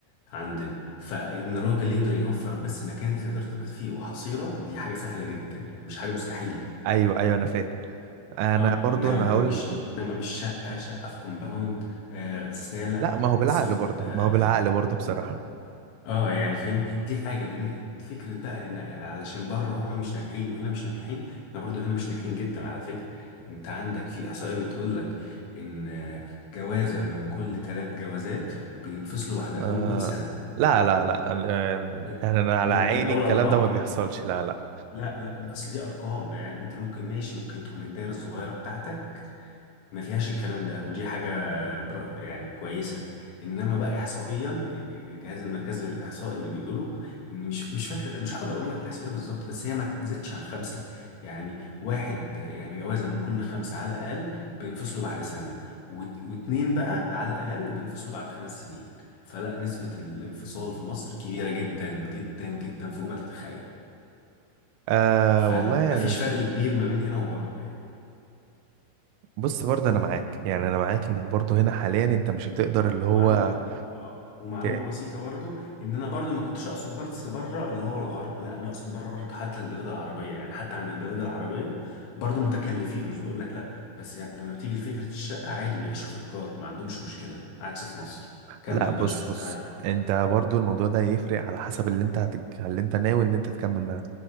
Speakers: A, on the left (about 75°); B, on the right (about 85°).
A: عندنا فإن الراجل يقدر يوفر بس مكان تقدر تبات فيه وحصيرة دي حاجة سهلة جدا يعني مش حاجة مستحيلة
B: ايوه ايوه انا فاهم انا
A: اه
B: برضو
A: إنما
B: انا
A: بقى
B: هقول
A: تمام مش إنما مش شقة شقة في كومباوند آه غسالة
B: لا ما هو بالعقل
A: غسالة
B: برضو
A: آه
B: ما هو بالعقل برضو بصراحة
A: اه يعني فاهم دي حاجه بالن- فكره بقى ان علشان بره هما مش ناجحين وهنا مش ناجحين احنا برضو هنا مش ناجحين جدا على فكره انت عندك في احصائيه بتقول لك ان آه، جوازه من كل ثلاث جوازات بينفصلوا بعد اول
B: آه
A: سنه
B: لا لا لا آه،
A: من
B: يعني انا على
A: من
B: عيني
A: من اول
B: الكلام
A: اربعه
B: ده ما بيحصلش لا لا
A: لا لا ده اصل دي ارقام يعني انت ممكن ماشي ممكن تكون الدايره الصغيره بتاعتك ما فيهاش الكلام ده ودي حاجة بر- يعني كويسة انما بقى احصائيا الجهاز المركزي للاحصاء اللي بيقوله ان مش مش فاكر مش هقدر اقول لك الاحصائية بالظبط بس هي ما تزيدش عن خمسة يعني واحد يعني جوازة من كل خمسة على الاقل بينفصلوا بعد سنة وات- واتنين بقى على الاقل بينفصلوا بعد خمس سنين فلا نسبة الانفصال في مصر كبيرة جدا جدا جدا فوق ما تتخيل
B: آه
A: فما
B: والله يعني
A: فيش فرق كبير ما بين هنا وبره يعني
B: بص برضه انا معاك يعني انا معاك ان برضه هنا حاليا انت مش هتقدر
A: ومعلومه
B: اللي هو
A: اه ومعلومه
B: ت...
A: بسيطه برضو ان انا برضو ما كنتش اقصد بس بره اللي هو الغرب لا انا اقصد بره برضو حتى البلاد العربيه يعني حتى عند البلاد العربيه برضو متكلفين مش بقول لك لا بس يعني لما بتيجي لفكره الشقه عادي بيعيشوا في ايجار ما عندهمش مشكله عكس في مصر كمل
B: لا بص
A: بقى شوف
B: بص
A: تعال
B: انت برضه الموضوع ده يفرق على حسب اللي انت هتج... اللي انت ناوي ان انت تكمل معاه